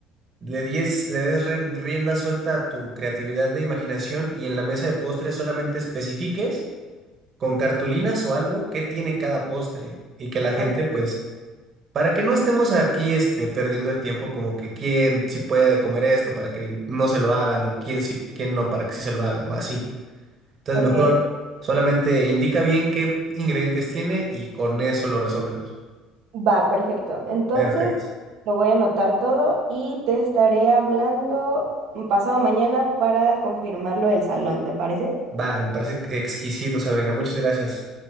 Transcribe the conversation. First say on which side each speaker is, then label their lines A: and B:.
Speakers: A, on the right (about 35°); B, on the right (about 70°).
A: le dies, le des ren- rienda suelta a tu creatividad de imaginación y en la mesa de postres solamente especifiques con cartulinas o algo qué tiene cada postre y que la gente
B: Ok,
A: pues, para que no estemos aquí este, perdiendo el tiempo como que quién sí puede comer esto para que no se lo hagan o quién sí, quién no para que sí se lo hagan o así. Entonces
B: ok.
A: mejor solamente indica bien qué ingredientes tiene y con eso lo resolvemos.
B: Va, perfecto. Entonces,
A: Perfecto.
B: lo voy a anotar todo y te estaré hablando pasado mañana para confirmarlo el salón, ¿te parece?
A: Vale, me parece exquisito, Sabrina. Muchas gracias.